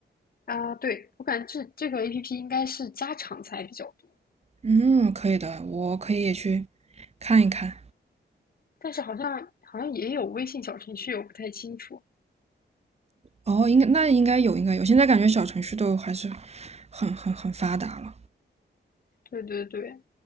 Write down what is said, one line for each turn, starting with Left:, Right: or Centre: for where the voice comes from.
Left: 啊，对，我感觉这这个 APP 应该是家常菜比较多，
Right: 嗯，可以的，我可以也去看一看。
Left: 但是好像好像也有微信小程序，我不太清楚。
Right: 哦，应该那应该有，应该有。现在感觉小程序都还是很很很发达了。
Left: 对对对。